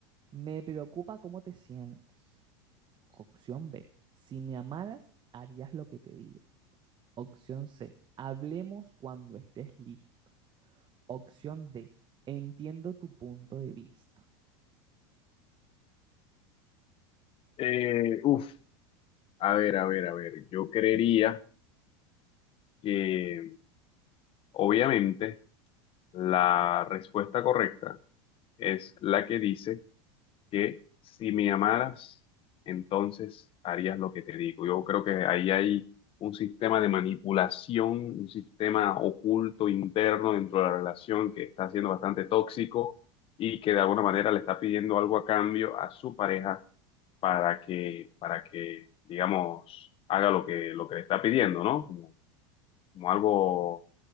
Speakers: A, on the right; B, on the left.
A: Me preocupa cómo te sientes. Opción B. Si me amaras, harías lo que te digo. Opción C. Hablemos cuando estés listo. Opción D. Entiendo tu punto de vista.
B: Eh, uf, a ver, a ver, a ver. Yo creería que obviamente la respuesta correcta es la que dice que si me amaras, entonces harías lo que te digo. Yo creo que ahí hay un sistema de manipulación, un sistema oculto interno dentro de la relación que está siendo bastante tóxico y que de alguna manera le está pidiendo algo a cambio a su pareja para que, para que, digamos, haga lo que, lo que le está pidiendo, ¿no? Como, como algo,